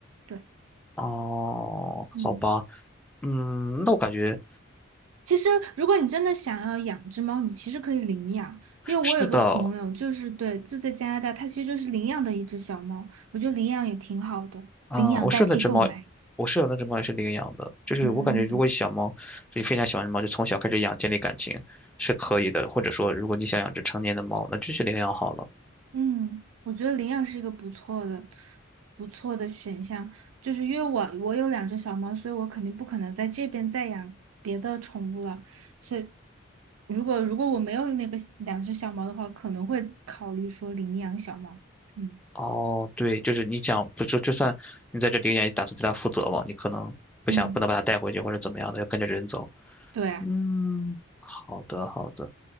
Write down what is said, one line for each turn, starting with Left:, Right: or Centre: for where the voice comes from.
Right: 对，
Centre: 哦，
Right: 嗯。
Centre: 好吧，嗯，那我感觉
Right: 其实，如果你真的想要养只猫，你其实可以领养。因为我有个朋友，
Centre: 是的，
Right: 就是对，就在加拿大，他其实就是领养的一只小猫。我觉得领养也挺好的，
Centre: 嗯，
Right: 领养代替购买。
Centre: 我舍友那只猫，我舍友那只猫也是领养的，就是我感觉如果小猫就是非常喜欢的猫，
Right: 嗯
Centre: 就从小开始养，建立感情是可以的，或者说如果你想养只成年的猫，那就去领养好了。
Right: 嗯，我觉得领养是一个不错的、不错的选项。就是因为我我有两只小猫，所以我肯定不可能在这边再养别的宠物了。所以，如果如果我没有那个两只小猫的话，可能会考虑说领养小猫。嗯
Centre: 哦，对，就是你讲，不就就算你在这里也打算对它负责嘛，你可能不想不能把它带回去或者怎么样的，
Right: 嗯，
Centre: 要跟着人走。
Right: 对啊。
Centre: 嗯，好的好的，